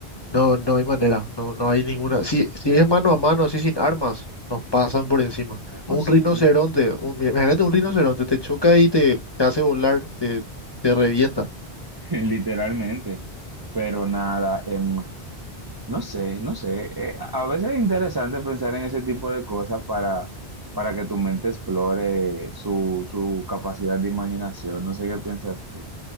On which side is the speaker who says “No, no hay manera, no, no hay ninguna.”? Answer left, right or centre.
Left